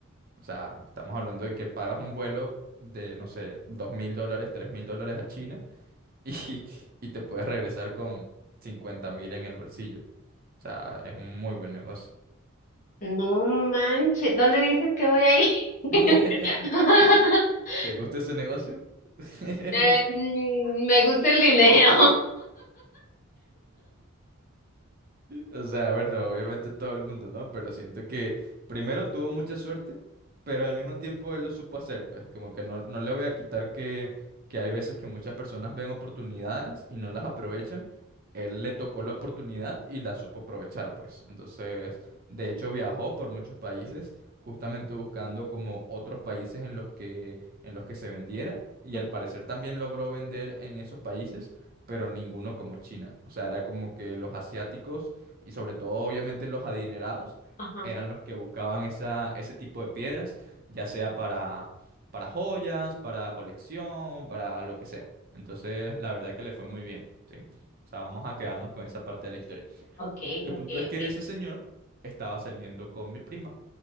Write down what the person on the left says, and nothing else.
No manches, ¿dónde dices que voy a ir?
<laughs>
Em, me gusta el dinero.
<laughs>
Ajá,
ok,
ok,
ok.